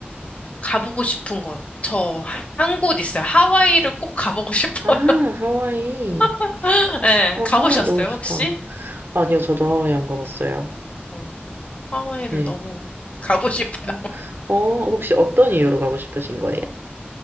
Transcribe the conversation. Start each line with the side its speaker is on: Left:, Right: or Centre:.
Left: 가보고 싶은 곳. 저 한 곳 있어요. 하와이를 꼭 가보고 싶어요.
Right: 아, 하와이.
Left: <laughs> 네,
Right: 아,
Left: 가보셨어요,
Right: 하와이 너무 좋다.
Left: 혹시?
Right: 아니요, 저도 하와이 안 가봤어요.
Left: 어, 하와이를
Right: 네.
Left: 너무 가고 싶어요.
Right: 음, 어, 혹시 어떤 이유로 가고 싶으신 거예요?